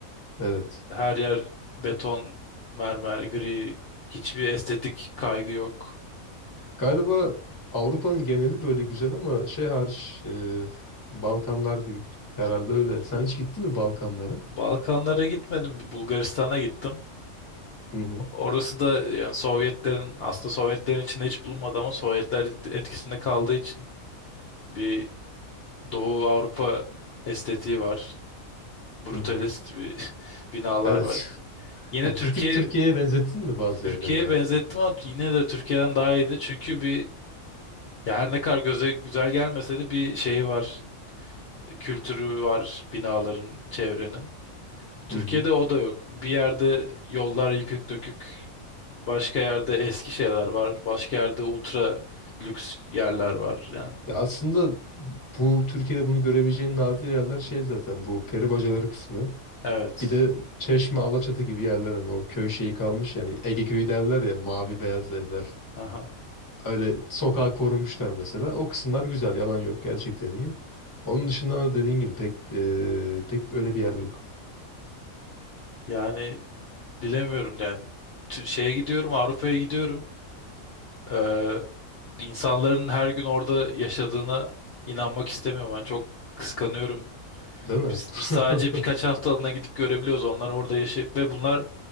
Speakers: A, on the left; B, on the left.
A: Evet.
B: Her yer beton, mermer, gri. Hiçbir estetik kaygı yok.
A: Galiba Avrupa'nın geneli böyle güzel ama şey hariç e, Balkanlar diyeyim. Herhalde öyle. Sen hiç gittin mi Balkanlara?
B: Balkanlara gitmedim. Bulgaristan'a gittim.
A: Hı hı.
B: Orası da yani Sovyetlerin aslında Sovyetlerin içinde hiç bulunmadı ama Sovyetler et- etkisinde kaldığı için bir Doğu Avrupa estetiği var. Brutalist
A: Hı hı.
B: bir <laughs> binalar
A: Evet.
B: var.
A: <laughs>
B: Yine
A: Ya
B: Türkiye
A: bir tık Türkiye'ye benzettin mi bazı
B: Türkiye'ye
A: yerlerini mesela?
B: benzettim ama yine de Türkiye'den daha iyiydi. Çünkü bir ya her ne kadar göze güzel gelmese de bir şeyi var. kültürü var binaların, çevrenin. Türkiye'de
A: Hı hı.
B: o da yok. Bir yerde yollar yıkık dökük, başka yerde eski şeyler var, başka yerde ultra lüks yerler var. Yani
A: Ya aslında bu Türkiye'de bunu görebileceğin nadir yerler şey zaten bu peri bacaları kısmı.
B: evet.
A: Bir de Çeşme, Alaçatı gibi yerler hani o köy şeyi kalmış yani Ege köyü derler ya mavi beyaz evler.
B: Aha.
A: Öyle sokağı korumuşlar mesela. O kısımlar güzel. Yalan yok. Gerçekten iyi. Onun dışında da dediğin gibi pek e, pek böyle bir yer yok.
B: Yani bilemiyorum yani. Tü- Şeye gidiyorum, Avrupa'ya gidiyorum. Ee, insanların her gün orada yaşadığına inanmak istemiyorum. Yani çok kıskanıyorum.
A: Değil mi?
B: Biz- biz sadece
A: <laughs>
B: birkaç haftalığına gidip görebiliyoruz. Onlar orada yaşayıp ve bunlar